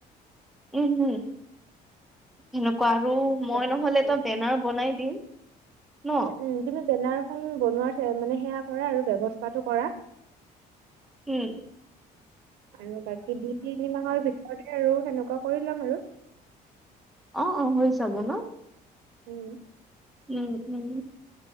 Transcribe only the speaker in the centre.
উম, উম। এনেকুৱা আৰু
মই
নহ'লে
এটা বেনাৰ বনাই দিম ন।
এই
অ', অ', হৈ যাব ন।
উম, উম।